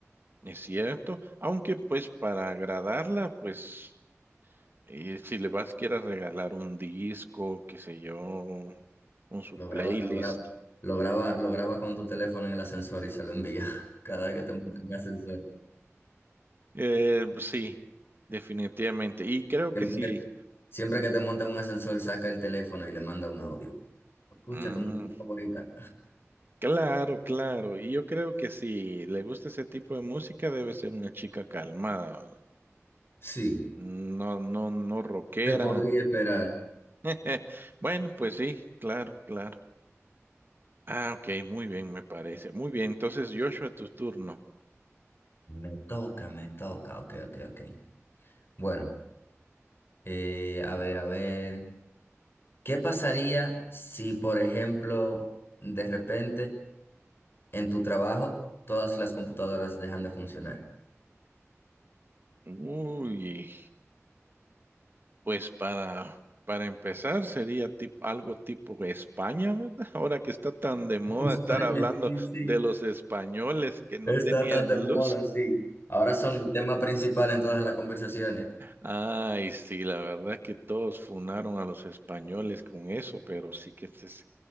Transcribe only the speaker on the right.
es cierto, aunque pues para agradarla, pues eh, si le vas quieras regalar un disco, qué sé yo, un su
playlist.
Eh, pues sí, definitivamente. Y creo
que sí.
Mm,
claro, claro. Y yo creo que si le gusta ese tipo de música, debe ser una chica calmada. ¿verdad?
No, no, no rockera.
<laughs> Bueno, pues sí, claro, claro. Ah, ok, muy bien, me parece. Muy bien, entonces Joshua, tu turno.
Uy. Pues para, para empezar sería tip- algo tipo España, ¿verdad? <laughs> Ahora que está tan de moda
estar hablando
de los españoles que no
tenían
luz.
Ay, sí, la verdad que todos funaron a los españoles con eso, pero sí que se- se-